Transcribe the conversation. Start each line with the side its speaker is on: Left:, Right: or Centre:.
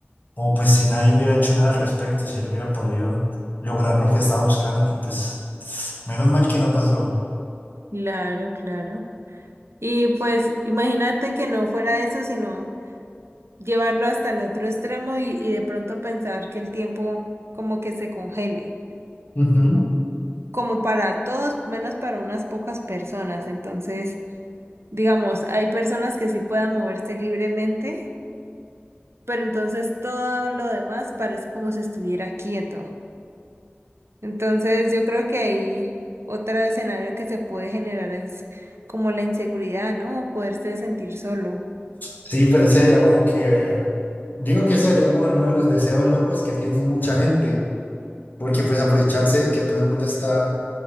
Left: Como pues si nadie hubiera hecho nada al respecto, si él hubiera podido lograr lo que estaba buscando, que pues menos mal que no pasó.
Right: Claro, claro. Y pues imagínate que no fuera eso, sino llevarlo hasta el otro extremo y, y de pronto pensar que el tiempo como que se congele,
Left: Ujú.
Right: co- como para todos, menos para unas pocas personas. Entonces, digamos, hay personas que sí puedan moverse libremente, pero entonces todo lo demás parece como si estuviera quieto. Entonces, yo creo que ahí otro escenario que se puede generar es como la inseguridad, ¿no? Poderse sentir solo.
Left: Sí, pero sería como que, digo que sería como uno de los deseos locos que tiene mucha gente, porque pues aprovecharse de que todo el mundo está